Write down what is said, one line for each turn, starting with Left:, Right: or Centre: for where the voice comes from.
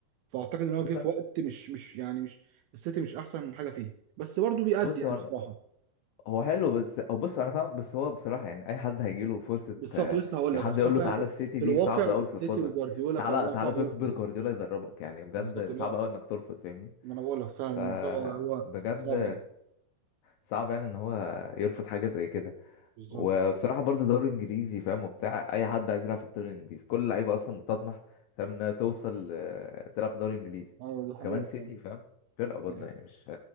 Right: فاعتقد ان هو جه
Left: بص
Right: في وقت مش مش يعني مش السيتي مش احسن حاجه فيه بس برضه بيأدي
Left: بص
Right: يعني
Left: هو
Right: بصراحه
Left: هو حلو بس هو بص انا فاهمك بس هو بصراحة يعني اي حد هيجي له فرصة
Right: بالظبط
Left: آه،
Right: لسه هقول
Left: يا
Right: لك
Left: حد
Right: بس
Left: يقول
Right: هو فعلا
Left: له تعالى السيتي
Right: في
Left: دي
Right: الواقع
Left: صعب
Right: السيتي
Left: قوي ترفضها
Right: وجوارديولا
Left: تعالى
Right: فاللي هو
Left: تعالى
Right: صعب
Left: بيب
Right: يرفض يعني
Left: جوارديولا يدربك يعني بجد
Right: بالظبط
Left: صعب
Right: لا
Left: قوي انك ترفض فاهمني
Right: ما انا بقول لك فعلا
Left: فبجد
Right: الموضوع هو صعب جدا
Left: صعب يعني ان هو يرفض حاجه زي كده
Right: بالظبط
Left: وبصراحه برضو دوري انجليزي فاهم وبتاع اي حد عايز يلعب في الدوري الانجليزي كل اللعيبه اصلا بتطمح فاهم انها توصل آه، تلعب في الدوري الانجليزي
Right: ايوه دي حقيقة
Left: وكمان سيتي
Right: فعلا
Left: فاهم فرقه برضه
Right: أيوة.
Left: يعني مش